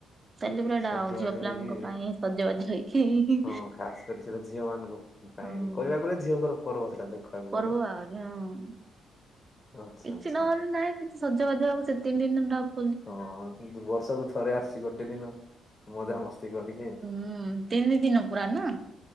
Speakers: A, on the right; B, on the left.
A: ସେଲିବ୍ରେଟ
B: ସଜବାଜ
A: ଆଉ ଝିଅ ପିଲାଙ୍କ
B: ହେଇକି
A: ପାଇଁ ସଜବାଜ ହେଇକି
B: ହଁ ଖାସ୍ କରି ସେଟା ଝିଅ ମାନଙ୍କ ପାଇଁ
A: ହଁ
B: କହିବାକୁ ଗଲେ ଝିଅଙ୍କର ପର୍ବ ସେଟା ଦେଖିବାକୁ
A: ପର୍ବ
B: ଗଲେ।
A: ଆହୁରି ହଁ।
B: ଆଚ୍ଛା
A: କିଛି
B: ଆଚ୍ଛା।
A: ନହେଲେ ନାହିଁ ସଜବାଜ ହବୁ ସେ ତିନି ଦିନ ଡପ।
B: ହଁ କିନ୍ତୁ ବର୍ଷକୁ ଥରେ ଆସିଚି ଗୋଟେ ଦିନ ମଜାମସ୍ତି କରିକ।
A: ହୁଁ ତିନି ଦିନ ପୁରା ନୁହଁ?